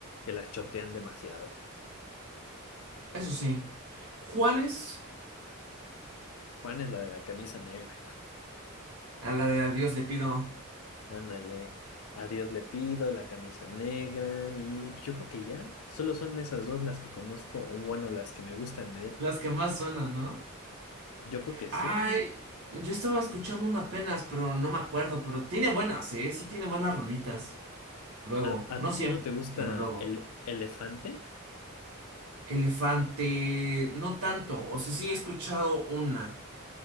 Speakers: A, on the left (about 80°); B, on the right (about 75°).
A: que las chotean demasiado.
B: Eso sí. Juanes,
A: Juan es la de la camisa negra.
B: a la de a Dios le pido.
A: Ándale, a Dios le pido la camisa negra y pues, yo creo que ya, solo son esas dos las que conozco, o bueno, las que me gustan de él.
B: Las que más suenan, ¿no?
A: Yo creo que
B: Ay,
A: sí.
B: yo estaba escuchando una apenas, pero no me acuerdo, pero tiene buenas, ¿eh? Sí tiene buenas rolitas. Luego,
A: ¿A, a
B: no siempre,
A: ti no te gusta
B: pero luego.
A: el elefante?
B: Elefante, no tanto, o sea, sí he escuchado una.